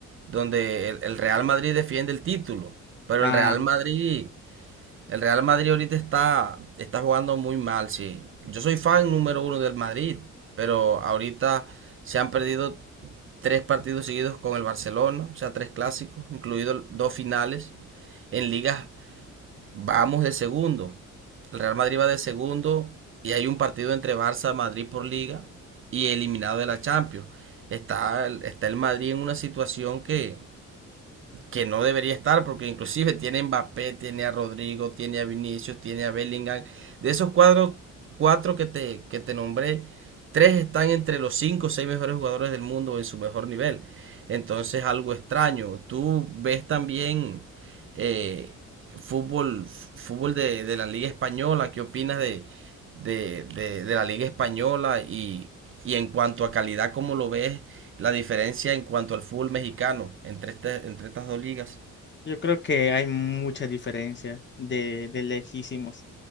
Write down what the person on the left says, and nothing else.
Ah,
Yo creo que hay mucha diferencia de, de lejísimos,